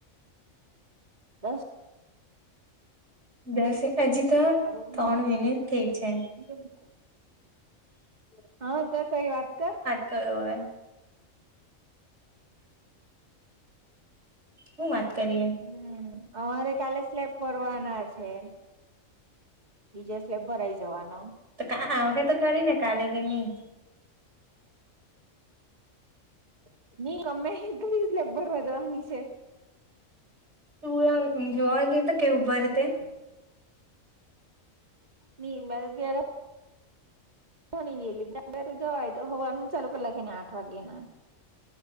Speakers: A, on the right (about 35°); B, on the right (about 60°).
A: બસ
B: બસ આજ તો
A: <unintelligible>
B: ત્રણ મિનિટ થઈ છે
A: હા ત કઈ વાત કર
B: કરો હવે હું વાત કરીએ
A: હમ અમારે કાલે સ્લેબ ભરવાના છે. બીજે સ્લેબ ભરાઈ જવાનો.
B: તો કા આવહે તો ખરી ને કાલે કે ની
A: <unintelligible>
B: <unintelligible> કેવુ ભરે તે
A: ની મે તો ત્યારે કંટારી ગેલી <unintelligible> જવા એ તો હવારનું ચાલુ કરલા કેે ને આઠ વાગ્યેના